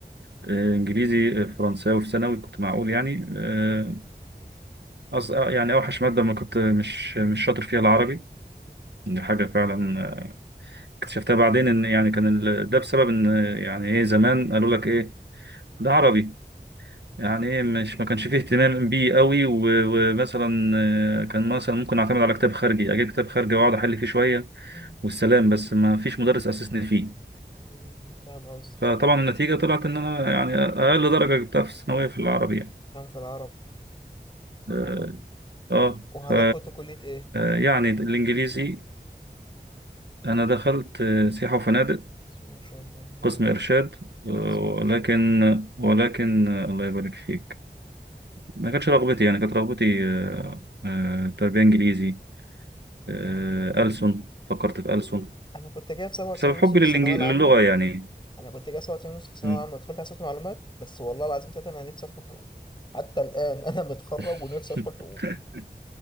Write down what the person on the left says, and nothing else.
<laughs>
مم.
مم. فاهم قصدك
كان في العربي
وحضرتك
كنت كليه ايه
بسم الله ما شاء الله اللهم
بارك
بسم الله ما
شاء الله
مم.
انا كنت جايب 97
ونص
في
الثانويه العامه
انا كنت جايب 97 ونص في الثانويه
العامه ودخلت حاسبات معلومات بس والله العظيم تلاته انا نفسي ادخل حقوق حتى الان انا متخرج
ونفسي ادخل حقوق